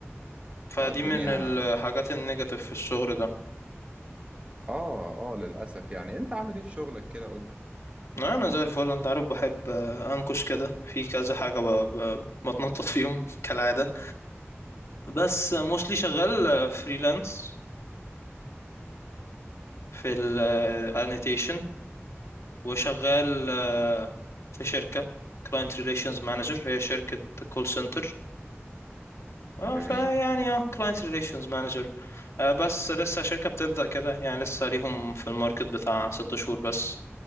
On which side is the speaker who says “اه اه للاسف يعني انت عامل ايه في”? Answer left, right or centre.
Right